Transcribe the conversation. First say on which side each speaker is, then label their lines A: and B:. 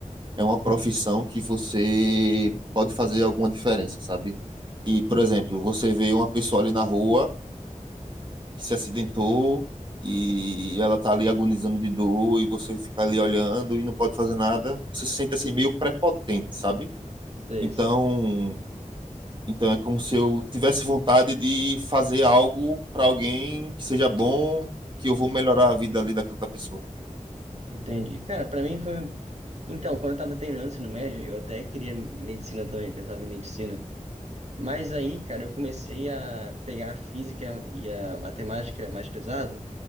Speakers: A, on the right (about 35°); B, on the right (about 55°).
A: é uma profissão que você pode fazer alguma diferença, sabe? E, por exemplo, você vê uma pessoa ali na rua que se acidentou e ela tá ali agonizando de dor e você fica ali olhando e não pode fazer nada, você se sente assim meio prepotente, sabe?
B: Sei,
A: Então,
B: sei.
A: então é como se eu tivesse vontade de fazer algo para alguém que seja bom, que eu vou melhorar a vida ali daquela pessoa.
B: Entendi. Cara, pra mim foi. Então, quando eu tava terminando o ensino médio, eu até queria medicina também, pensava em medicina. Mas aí, cara, eu comecei a pegar a física e a matemática mais pesado.